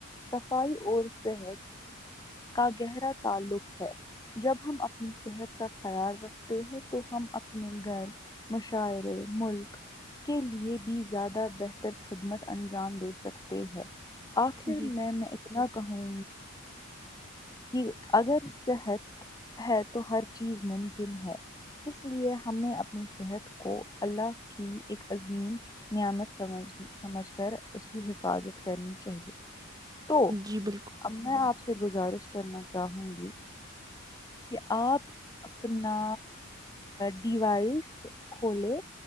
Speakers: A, on the left (about 15°); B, on the right (about 20°).
A: صفائی اور صحت کا گہرا تعلق ہے جب ہم اپنی صحت کا خیال رکھتے ہیں تو ہم اپنے گھر مشاعرے ملک کے لیے بھی زیادہ بہتر خدمت انجام دے سکتے ہیں آخر
B: جی
A: میں میں اتنا کہوں جی اگر صحت ہے تو ہر چیز ممکن ہے اس لیے ہم نے اپنی صحت کو اللہ کی ایک عظیم نعمت سمجھنی سمجھ کر اس کی حفاظت کرنی چاہیے تو
B: جی بالکل
A: اب میں آپ سے گزارش کرنا چاہوں گی کہ آپ اپنا ڈیوائس کھولے